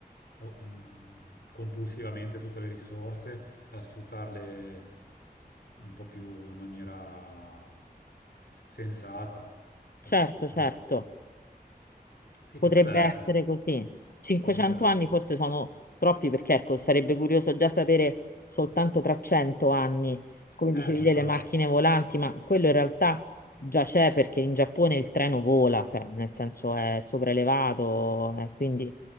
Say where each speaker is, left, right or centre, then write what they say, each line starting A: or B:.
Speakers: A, on the left; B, on the left.
A: o- mh, compulsivamente tutte le risorse e a sfruttarle un po' più in maniera sensata.
B: Certo,
A: Come-
B: certo.
A: Sì,
B: potrebbe
A: potrebbe essere,
B: essere così. 500
A: potrebbe essere.
B: anni forse sono troppi perché ecco, sarebbe curioso già sapere soltanto tra 100 anni, come
A: Eh,
B: dicevi,
A: infatti,
B: delle macchine volanti, ma quello in realtà già c'è perché in Giappone il treno vola, cioè, nel senso è sopraelevato, eh, quindi